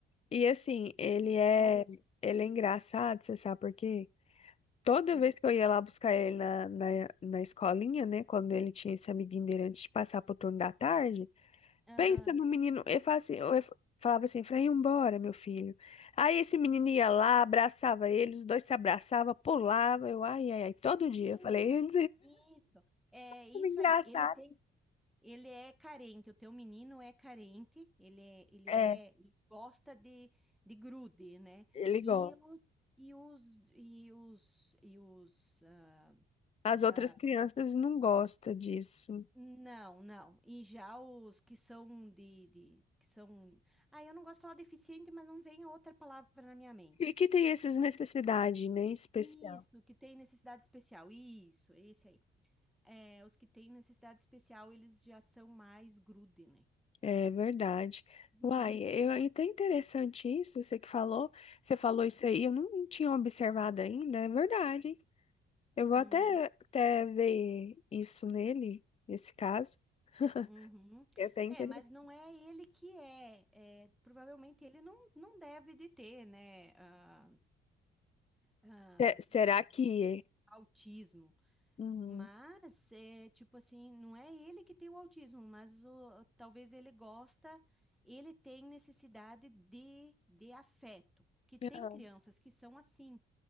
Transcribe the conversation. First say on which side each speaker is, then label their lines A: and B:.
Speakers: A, on the left; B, in the centre.
A: E assim, ele é,
B: O-
A: ele é engraçado, você sabe por quê? Toda
B: Hum,
A: vez que eu ia lá buscar ele na, na, na escolinha, né? Quando ele tinha esse amiguinho dele antes de passar pro turno da tarde,
B: Aham.
A: Pensa no menino, eu falo assim, eu falava assim, Efraim, embora meu filho. Aí esse menino ia lá, abraçava ele, os dois se abraçavam, pulavam, eu, ai, ai, ai, todo dia.
B: Isso,
A: Eu falei, <laughs>
B: isso. É isso
A: "Como engraçado.
B: aí. Ele tem Ele é carente, o teu menino é carente, ele é, ele
A: É,
B: é, ele gosta de, de grude, né?
A: ele
B: E
A: gosta.
B: os, e os, e os, e os, ah,
A: As outras
B: ah,
A: crianças não gostam disso.
B: não, não. E já os que são de, de, que são, ah, eu não gosto de falar deficiente, mas não vem outra palavra na minha mente.
A: E que tem essas necessidades, né, especial.
B: Isso, que tem necessidade especial, isso, esse aí. É, os que têm necessidade especial, eles já são mais grude, né?
A: É verdade.
B: <laughs>
A: Uai, eu, é até interessante isso, você que falou, você falou isso aí, eu não tinha observado ainda, é verdade, Eu
B: Uhum.
A: vou até, até ver isso nele, nesse caso. <laughs>
B: Uhum.
A: É até interessante.
B: É, mas não é ele que é. É, provavelmente ele não, não deve de ter, né, ah, ah,
A: Se- Será que.
B: autismo.
A: Uhum.
B: Mas, é, tipo assim, não é ele que tem o autismo, mas o, talvez ele gosta, ele tem necessidade de, de afeto. Que tem
A: Aham,
B: crianças que são assim,